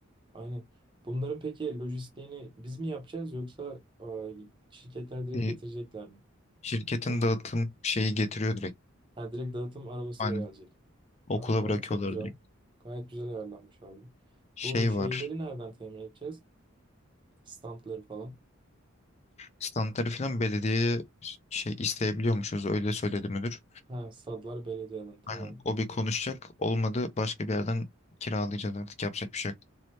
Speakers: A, on the right (about 25°); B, on the left (about 30°).
A: Aynen. Bunların peki lojistiğini biz mi yapacağız yoksa e, şirketler direkt
B: Bir
A: getirecekler mi?
B: şirketin
A: Onun,
B: dağıtım şeyi getiriyor direkt.
A: Ha, direkt dağıtım arabasıyla
B: Aynen.
A: gelecek.
B: Okula
A: Tamam o
B: bırakıyorlar
A: çok güzel.
B: direkt.
A: Gayet güzel ayarlanmış abi.
B: Şey
A: Bu şeyleri
B: var.
A: nereden temin edeceğiz? Standları falan.
B: Standları falan belediyeye şey isteyebiliyormuşuz öyle söyledi müdür.
A: Ha stadlar belediyeden tamam.
B: Aynen. O bir konuşacak olmadı başka bir yerden kiralayacağız artık yapacak bir şey yok.